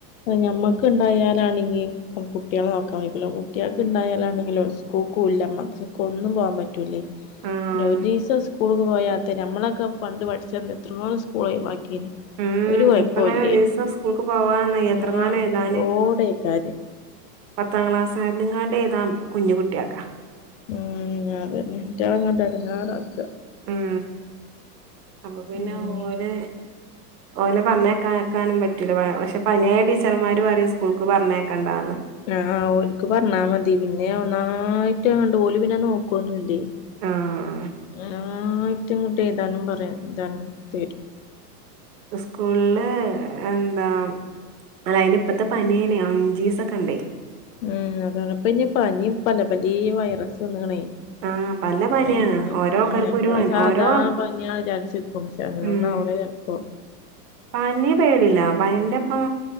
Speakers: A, on the left; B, on the right.
A: ഞമ്മക്ക് ഉണ്ടായാ അണെങ്കിൽ കുട്ടികളെ നോക്കാൻ വയ്ക്കുല കുട്ടികൾക്കെ ഉണ്ടായാലാണെങ്കിലും സ്കൂൾക്ക് ഇല്ല മാത്ര ഒന്നും പോകൻ പറ്റൂലേ
B: ആഹ്
A: പിന്നെ ഒരിസം സ്കൂളക്ക്‌ പോയാ നമ്മളൊക്കെ പണ്ട് പഠിച്ചെ എന്താ എത്രയോ സ്കൂള ഒഴിബാക്കിന്
B: ഉം
A: ഒരു കുഴപ്പവല്ലേനി
B: ഇപ്പ അങ്ങനെ ഒരീസം സ്കൂൾക്ക് പോവാന്ന് എത്രങ്ങാനും
A: ആഹ്
B: എഴുതാന്
A: ഓടെ കാര്യം ഉ
B: പത്താം ക്ലാസുകാരനെക്കാൾ എഴുതാൻ കുഞ്ഞ് കുട്ടിയൊക്കാ
A: ഉം അതന്നെ ഇറ്റങ്ങള എടങ്ങാറക്ക
B: ഉം അപ്പൊ പിന്നെ
A: ഉം
B: ഒര് ഓല് പറഞ്ഞേക്കക്കാനും പറ്റൂല്ല പക്ഷെ പനിയായ ടീച്ചർമാര് പറയും സ്കൂൾക്ക് പറഞ്ഞേക്കണ്ടാന്ന്
A: ആഹ് ഓലിക്ക് പറഞ്ഞാ മതി പിന്നെ ഒന്നായിട്ട്ണ്ട് ഓലി പിന്നെ നോക്കുവൊന്നുല്ലേ
B: ആഹ്
A: നന്നായിട്ട് ഇങ്ങട്ട് എഴുതാനും പറയാനും രണ്ട്തരും
B: സ്കൂളില് എന്ത അല്ല അതിനി ഇപ്പത്തെ പനിങ്ങനെയ അഞ്ച് ദിവസൊക്കെ ഉണ്ടേ
A: ഉം അതാണ്പ്പ ഇനി പനി പല പല വൈറസ് വന്നേകണേ
B: ആഹ് പല പനിയാണ്
A: നമ്മള്
B: ഓരോ ആൾക്കാർക്കും
A: ആ നഞമ്മള
B: ഒരു പനി
A: സാധാരണ
B: ഓരോ
A: പനിയാണ് വിചാരിച്ചിക്കും പക്ഷെ അങ്ങനെന്ന
B: ഉം
A: ആവണില്ല പ്പോ
B: പനി പേടില്ല പനിന്റെ ഇപ്പം